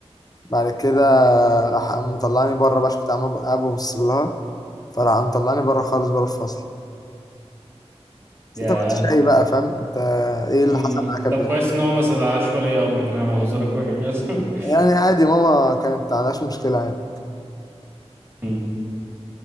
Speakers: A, on the left; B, on the right.
A: بعد كده راح قام مطلعني بره بقى عشان كنت عمال قاعد ببص لها فراح قام مطلعني بره خالص بره الفصل بس
B: ياه
A: انت كنت شقي بقى فاهم انت ايه اللي
B: مم.
A: حصل معاك يا
B: طب
A: بنت؟
B: كويس ان هو ما صدعش ولي امر كان هيبقى منظرك وحش <laughs>
A: يعني عادي ماما كانت ما عندهاش مشكله عادي
B: مم.